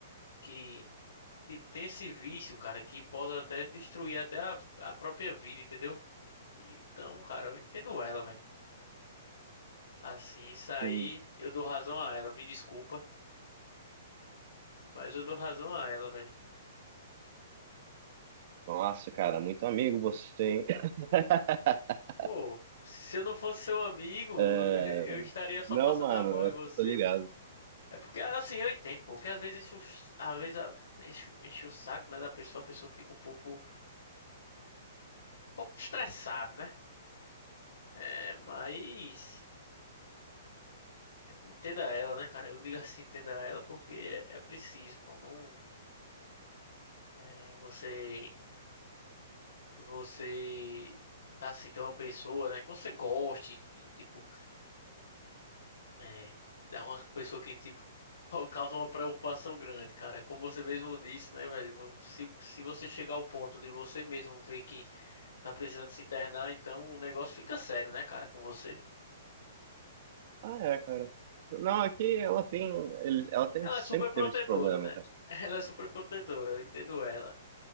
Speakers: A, on the left (about 90°); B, on the right (about 45°).
A: que, tipo, tem esse vício, cara, que pode até destruir até a, a própria vida, entendeu? Então, cara, eu entendo ela, velho. Assim, isso aí
B: E,
A: eu dou razão a ela, me desculpa, mas eu dou razão a ela, velho.
B: Nossa, cara, muito amigo você, hein? <laughs>
A: Pô, se eu não fosse seu amigo, <laughs>
B: É,
A: eu estaria só
B: Não,
A: passando
B: mano,
A: a mão
B: eu
A: em você,
B: tô ligado.
A: mano. É porque assim, eu entendo, pô, que às vezes enche o, às vezes a- enche, enche o saco, né, da pessoa, a pessoa fica um pouco, um pouco estressada, né? É, mas entenda ela, né, cara? Eu digo assim, entenda ela porque é, é preciso, pô, não é você você tá assim, tem uma pessoa, né, que você goste e tipo É, é uma pessoa que, tipo, <laughs> causa uma preocupação grande, cara. Como você mesmo disse, né, velho? Se, se você chegar ao ponto de você mesmo ver que tá precisando se internar, então o negócio fica sério, né, cara, com você.
B: Ah, é, cara. Não, aqui ela tem, ele- ela tem,
A: Ela
B: sempre
A: é super protetora,
B: teve esse problema,
A: né?
B: cara.
A: <laughs> Ela é super protetora, eu entendo ela.